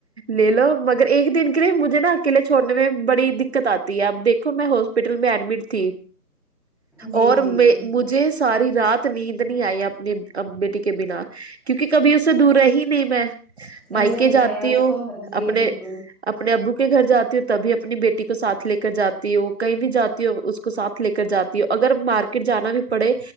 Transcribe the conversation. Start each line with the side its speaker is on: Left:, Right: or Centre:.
Right: لے لو مگر ایک دن کے لیے مجھے نہ اکیلے چھوڑنے بڑی دقت آتی ہے اب دیکھو میں ہاسپٹل میں ایڈمٹ تھی
Centre: جی
Right: اور
Centre: جی
Right: میں
Centre: جی
Right: مجھے ساری رات نیند نہیں آئی اپنی بیٹی کے بنا کیونکہ کبھی اسے دور رہی نہیں میں
Centre: صحیح
Right: مائکے
Centre: فرمایا
Right: جاتی
Centre: اس
Right: ہوں
Centre: کو ہاں جی
Right: اپنے
Centre: بالکل
Right: اپنے ابو کے گھر جاتی ہوں ت تبھی اپنی بیٹی کو سا تھ لے کر جاتی ہوں کہیں بھی جاتی ہوں اس کو ساتھ لے کر جاتی ہو ں اگر مارکیٹ جانا بھی پڑھے